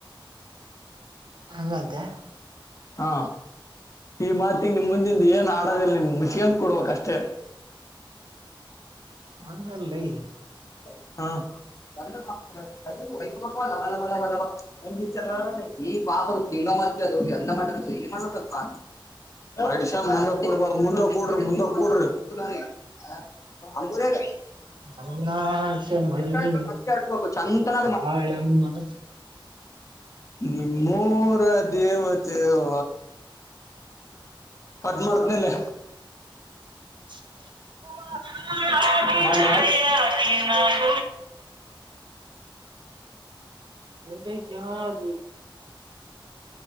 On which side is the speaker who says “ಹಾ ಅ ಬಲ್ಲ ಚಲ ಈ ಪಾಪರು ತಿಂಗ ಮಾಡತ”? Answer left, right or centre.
Left